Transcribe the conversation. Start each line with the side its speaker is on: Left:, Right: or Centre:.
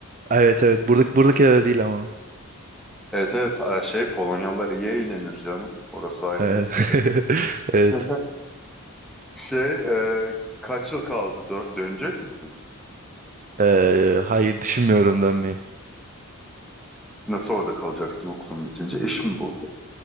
Right: Evet evet. Burada, buradakiler öyle değil ama.
Centre: Evet evet e, şey Polonyalılar iyi eğlenir canım. Orası ayrı
Right: Evet.
Centre: mesele.
Right: <laughs> Evet.
Centre: <laughs> Şey e, kaç yıl kaldı? Dö- dönecek misin?
Right: Ee, hayır düşünmüyorum dönmeyi.
Centre: Nasıl orada kalacaksın okulun bitince? İş mi buldun?